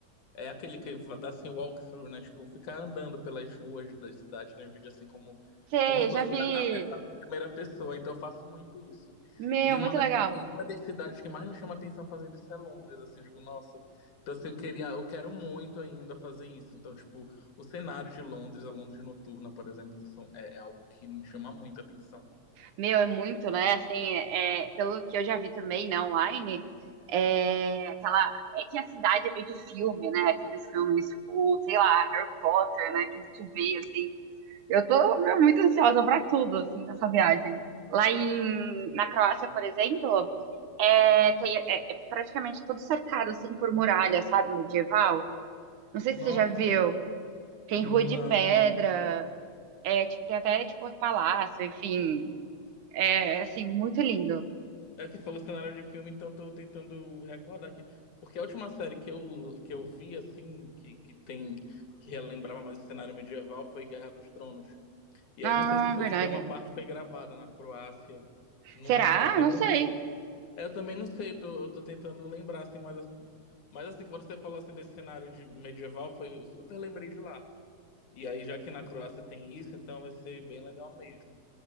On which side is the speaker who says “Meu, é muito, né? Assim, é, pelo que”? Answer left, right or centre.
Right